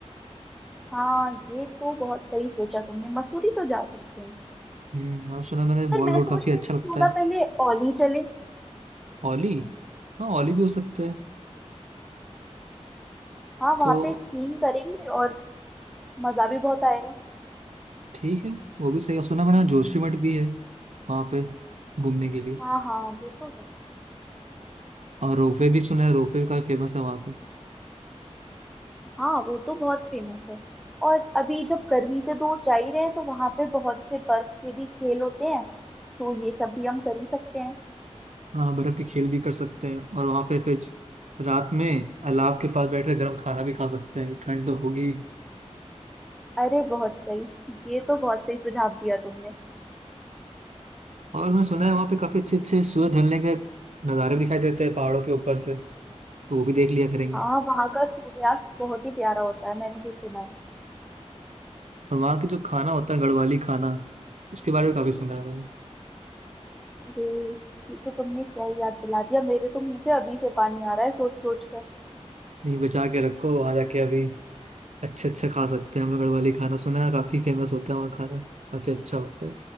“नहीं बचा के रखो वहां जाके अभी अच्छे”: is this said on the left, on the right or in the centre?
Right